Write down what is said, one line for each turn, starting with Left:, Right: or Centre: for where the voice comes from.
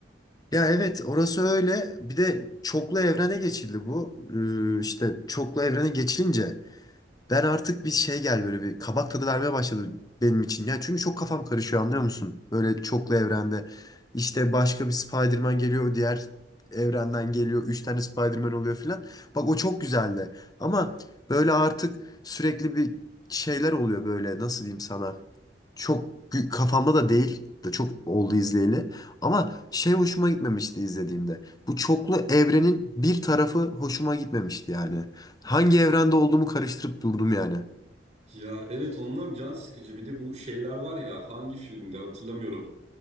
Left: Ya evet orası öyle. Bir de çoklu evrene geçildi bu. Ee, işte çoklu evrene geçilince Ben artık bir şey gel böyle bir kabak tadı vermeye başladı benim için. Ya çünkü çok kafam karışıyor anlıyor musun? Böyle çoklu evrende. İşte başka bir Spider-Man geliyor, diğer evrenden geliyor. Üç tane Spider-Man oluyor filan. Bak o çok güzeldi. Ama böyle artık sürekli bir şeyler oluyor böyle nasıl diyeyim sana. Çok gü- kafamda da değil de çok oldu izleyeli. Ama şey hoşuma gitmemişti izlediğimde. Bu çoklu evrenin bir tarafı hoşuma gitmemişti yani. Hangi evrende olduğumu karıştırıp durdum yani.
Right: Ya evet onlar can sıkıcı. Bir de bu şeyler var ya hangi filmde hatırlamıyorum.